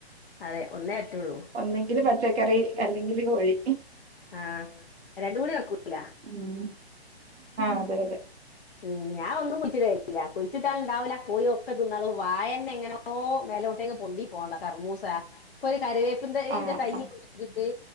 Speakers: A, on the left (about 55°); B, on the right (about 75°).
A: അതെ ഒന്നേ പറ്റുള്ളൂ
B: ഒന്നെങ്കില് പച്ചക്കറി അല്ലെങ്കില് കോഴി
A: ആഹാ രണ്ടും മൂ <unintelligible> ടിി വെക്കൂല
B: ഉം അതെ അതെ
A: ഉം ഞാൻ ഒന്നും കുഴിച്ച്‌ ഇടേല്ല കുഴിച്ചിട്ടാ ണ്ടാവൂല കോഴി ഒക്കെ തിന്നാളും വായന്നെ എങ്ങനോ ഓ മേലോട്ടേക്ക് പൊന്തി പോന്നതാ കർമൂസ ഇപ്പൊ ഒരു കറിവേപ്പു തയ്യിന്റെ
B: ആ
A: തൈ
B: ആ
A: കുഴിച്ച് ട്ട്